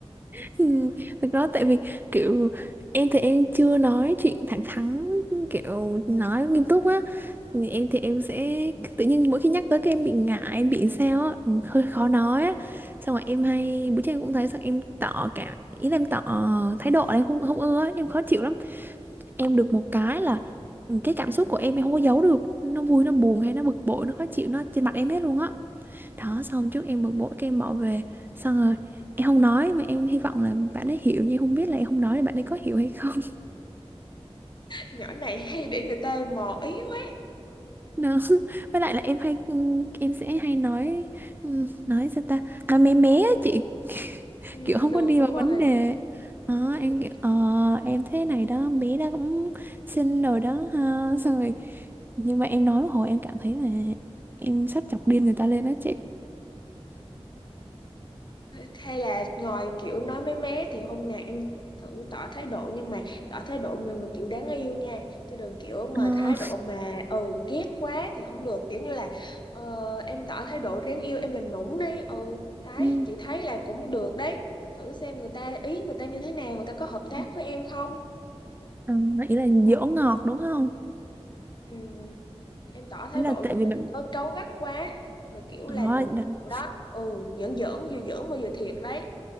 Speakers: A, on the right; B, on the left.
A: <laughs> Ừ, thực ra tại vì kiểu em thì em chưa nói chuyện thẳng thắn kiểu nói nghiêm túc á Thì em thì em sẽ tự nhiên mỗi khi nhắc tới cái em bị ngại em bị sao á ừ, hơi khó nói á xong rồi em hay bữa trước em cũng thấy xong em tỏ cả ý là em tỏ thái độ là em không không ưa á, em khó chịu lắm em được một cái là ừ, cái cảm xúc của em em không có giấu được nó vui nó buồn hay nó bực bội nó khó chịu nó trên mặt em hết luôn á đó xong trước em bực bội cái em bỏ về xong rồi em không nói mà em hy vọng là bạn ấy hiểu nhưng em không biết là em không nói là bạn ấy có hiểu hay không
B: nhỏ này hay để người ta mò ý quá
A: <laughs> đó với lại là em hay em sẽ hay nói ừm, nói sao ta nói mé mé á chị
B: ừ,
A: kiểu không
B: được
A: có đi
B: đúng
A: vào
B: rồi
A: vấn đề đó
B: ừ.
A: em kiểu ờ em thế này đó bé đó cũng xinh rồi đó ha xong rồi nhưng mà em nói một hồi em cảm thấy là em sắp chọc điên người ta lên đó chị
B: hay là ngồi kiểu nói mé mé thì hôm nào em thử tỏ thái độ nhưng mà tỏ thái độ mà, mà kiểu đáng yêu nha chứ đừng kiểu
A: Ờ,
B: mà thái độ mà ừ ghét quá thì không được kiểu như là ờ, em tỏ thái độ đáng yêu em làm nũng đi ừ đấy
A: ừ.
B: chị thấy là cũng được đấy thử xem người ta ý người ta như thế nào người ta có hợp tác
A: <laughs>
B: với em không
A: Ờ, ý là dỗ ngọt đúng không?
B: ừ, em tỏ thái
A: Ý là
B: độ
A: tại
B: nhưng
A: vì
B: mà
A: bạn
B: đừng có cáu gắt quá mà kiểu
A: Đó,
B: là nũng
A: đ-
B: nịu đó ừ giỡn giỡn vừa giỡn mà vừa thiệt đấy